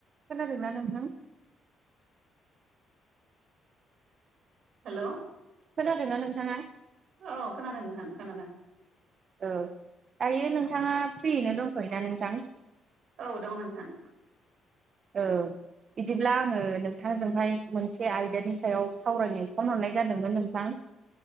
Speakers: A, on the right (about 50°); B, on the right (about 65°).
A: खोनादोंना नोंथां।
B: हेलौ'
A: खोनादोंना नोंथाङा
B: औ खोनादों नोंथां खोनादों।
A: ओ दायो नोंथाङा
B: औ
A: फ्रियैनो दंथयोना ना नोंथां।
B: औ दं नोंथां।
A: औ बिदिब्ला आङो नोंथांजोंहाय मोनसे आयदानि सायाव सावरायनो फन हरनाय जादोंमोन नोंथां।